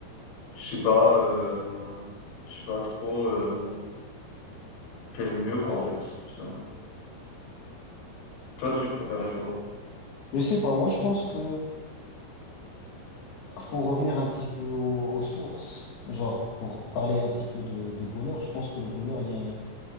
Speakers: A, on the left; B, on the left.
A: je sais pas, euh, je sais pas trop euh, quel mieux, quoi, en fait, finalement. Toi, tu préférais quoi?
B: Je sais pas, moi je pense que faut revenir un petit peu au- aux, sources. Genre, pour parler un petit peu de, de bonheur, je pense que le bonheur n'est